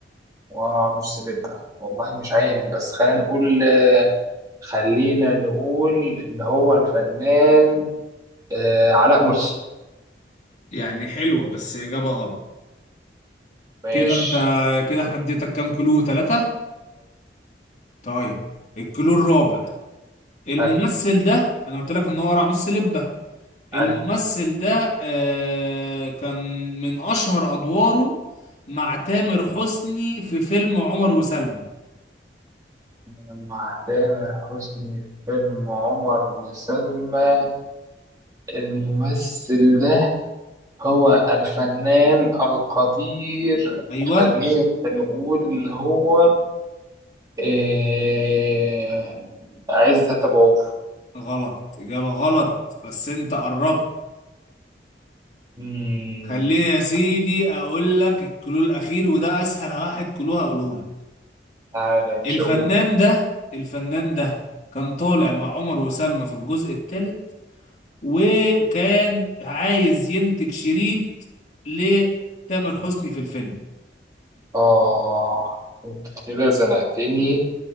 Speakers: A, on the right; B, on the left.
A: ورا نص لبة والله مش عارف بس خلينا نقول خلينا نقول إن هو الفنان آه علاء مرسي
B: يعني حلوة بس اجابة غلط
A: ماشي
B: كده انت كده احنا اديتك كام كلو ثلاثة طيب الكلو الرابع الممثل
A: أي
B: ده انا قلت لك ان هو راموس سلبة الممثل
A: أي
B: ده آه كان من اشهر ادواره مع تامر حسني في فيلم عمر وسلمى
A: مع تامر حسني في فيلم عمر وسلمى الممثل ده هو الفنان القدير
B: ايوه
A: خلينا نقول إن هو آه عزت أبو عوف
B: غلط اجابة غلط بس انت قربت
A: مم،
B: خليني يا سيدي اقول لك الكلو الاخير وده اسهل واحد كلو هقوله لك
A: تعالى مش
B: الفنان
A: هقول
B: ده الفنان ده كان طالع مع عمر وسلمى في الجزء الثالث وكان عايز ينتج شريط لتامر حسني في الفيلم
A: آه أنت كده زنقتني